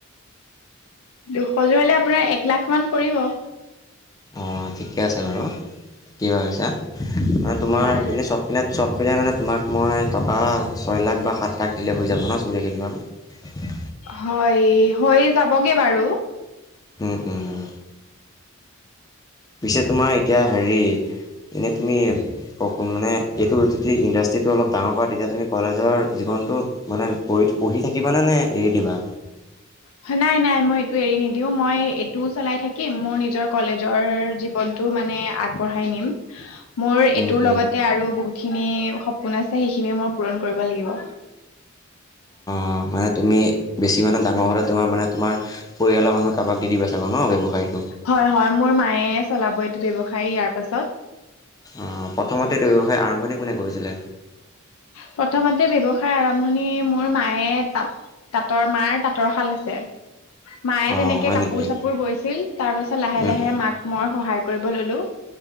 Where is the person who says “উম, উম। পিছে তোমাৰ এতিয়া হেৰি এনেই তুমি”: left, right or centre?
Left